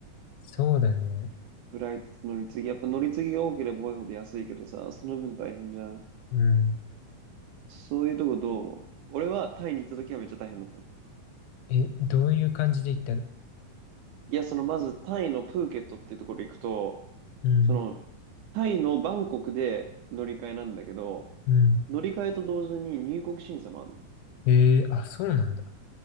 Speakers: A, on the left; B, on the right.
A: そうだね。
B: フライトと乗り継ぎ。やっぱ乗り継ぎが多ければ多いほど安いけどさ、その分大変じゃん。
A: うん。
B: そういうとこどう思う俺はタイに行った時はめっちゃ大変だったの。
A: え、どういう感じで行ったの
B: いや、そのまずタイのプーケットっていうところ行くと、
A: うん、
B: そのタイのバンコクで乗り換えなんだけど、
A: うん。
B: 乗り換えと同時に入国審査もあるの。
A: ええあ、そうなんだ。